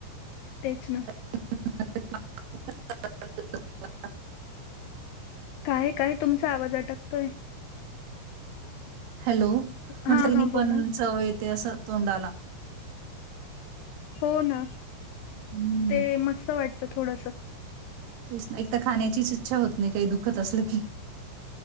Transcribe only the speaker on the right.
<inaudible>
हॅलो, म्हटल
तिने
पण च येते असं तोंडाला.
हम्म.
तेच एक तर खाण्याचीच इच्छा होत नाही काही दुखत असलं की.